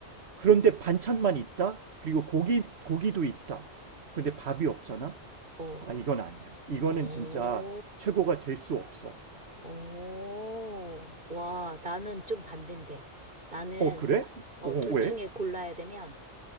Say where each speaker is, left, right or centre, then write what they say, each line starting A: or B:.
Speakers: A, on the right; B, on the right.
A: 그런데 반찬만 있다? 그리고 고기, 고기도 있다. 그런데 밥이 없잖아?
B: 어,
A: 아, 이건 아니야. 이거는
B: 어,
A: 진짜 최고가 될 수 없어.
B: 어. 와, 나는 좀 반대인데. 나는,
A: 어, 그래?
B: 어,
A: 어,
B: 둘
A: 왜?
B: 중에 골라야 되면,